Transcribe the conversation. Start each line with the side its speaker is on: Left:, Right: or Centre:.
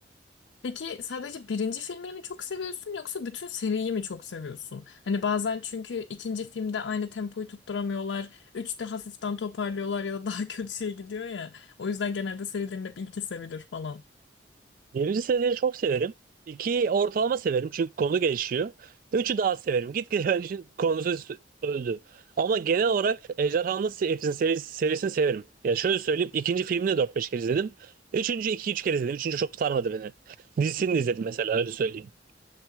Left: Peki sadece birinci filmini mi çok seviyorsun yoksa bütün seriyi mi çok seviyorsun? Hani bazen çünkü ikinci filmde aynı tempoyu tutturamıyorlar. Üçte hafiften toparlıyorlar ya da daha <laughs> kötüye gidiyor ya. O yüzden genelde serilerin hep ilki sevilir falan.
Right: Birinci seriyi çok severim. İkiyi ortalama severim çünkü konu gelişiyor. Üçü daha severim. Gitgide benim için <laughs> konusu öldü. Ama genel olarak Ejderhanı Nasıl Eğitirsin serisi, serisini severim. Ya şöyle söyleyeyim ikinci filmini de dört beş kere izledim. Üçüncü iki üç kere izledim. Üçüncü çok sarmadı beni. Dizisini de izledim mesela öyle söyleyeyim.